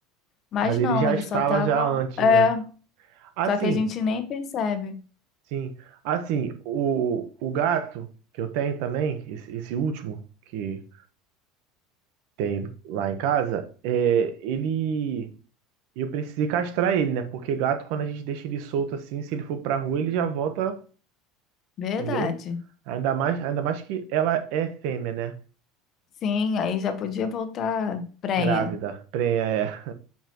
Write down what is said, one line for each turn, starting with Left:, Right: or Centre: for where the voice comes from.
Left: Mas
Right: Mas ele
Left: não,
Right: já
Left: eles
Right: estava
Left: só estavam.
Right: já antes,
Left: É,
Right: né? Assim,
Left: só que a gente nem percebe.
Right: sim. Assim, o, o gato que eu tenho também, esse, esse último que tem lá em casa, é, ele. Eu precisei castrar ele, né? Porque gato, quando a gente deixa ele solto assim, se ele for pra rua, ele já volta,
Left: Verdade.
Right: entendeu? Ainda mais, ainda mais que ela é fêmea, né?
Left: Sim, aí já podia voltar prenha.
Right: Grávida, prenha, é.